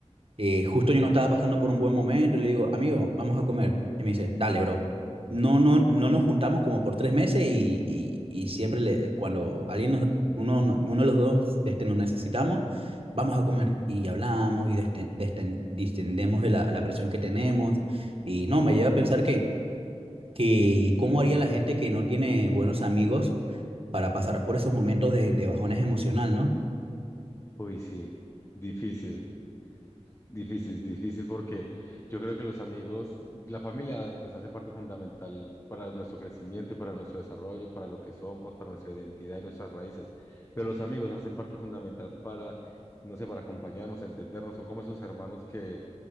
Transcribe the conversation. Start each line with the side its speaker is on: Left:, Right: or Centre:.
Right: Eh, justo yo no estaba pasando por un buen momento y le digo, amigo, vamos a comer. Y me dice, dale, bro. No, no, no nos juntamos como por tres meses y, y, y siempre le, cuando alguien nos, uno, no, uno de los dos este, nos necesitamos, vamos a comer y hablamos y desten- desten- distendemos de la, la presión que tenemos. Y no, me lleva a pensar que, que cómo haría la gente que no tiene buenos amigos para pasar por esos momentos de, de bajones emocional, ¿no?
Left: Uy, sí. Difícil, difícil, difícil porque yo creo que los amigos, la familia, pues hace parte fundamental para nuestro crecimiento y para nuestro desarrollo, para lo que somos, para nuestra identidad y nuestras raíces. Pero los amigos hacen parte fundamental para, no sé, para acompañarnos, entendernos. Son como esos hermanos que,